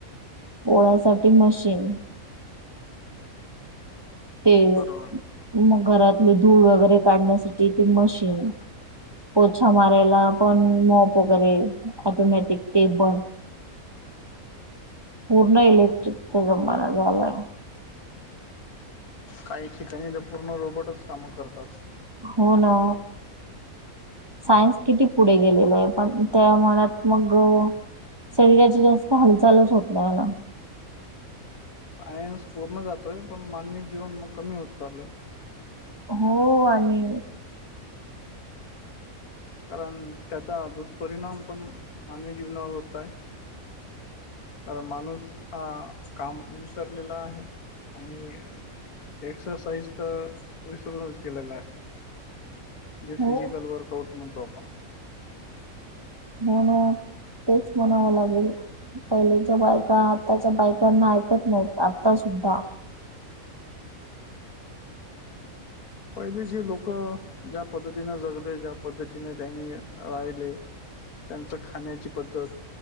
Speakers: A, on the right; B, on the left.
A: पोळ्यासाटी मशीन ते
B: बरोबर
A: मग घरातले धूळ वगेरे काढण्यासाटी ते मशीन पोछा मारायला पण मोप वगेरे ऑटोमॅटिक ते पण पूर्ण इलेक्ट्रिकचा जमाना झालाय
B: काइ ठिकाणी तर पूर्ण रोबोटच कामं करतात
A: हो ना सायन्स किती पुडे गेलेलंये पण त्या मनात मग शरीराची जास्त हालचालच होत नाइय ना
B: सायन्स पूर्ण जातोय पण मानवी जीवन मग कमी होत चालय
A: हो आणि
B: कारण त्याचा दुष्परिणाम पण मानवी जीवनावर होताय अ कारण माणूस आ काम विसरलेला आहे आणि आ एक्सरसाइज तर विसरूनच गेलेलाय जे
A: हो
B: फिजिकल वर्कआउट मणतो आपण
A: होनो तेच मणावं लागेल पइलच्या बायका आताच्या बायकांना ऐकत नाइत आता सुद्धा
B: पइलची लोकं ज्या पदतीने जगले ज्या पदतीने त्यांनी राहिले त्यांचं खाण्याची पद्धत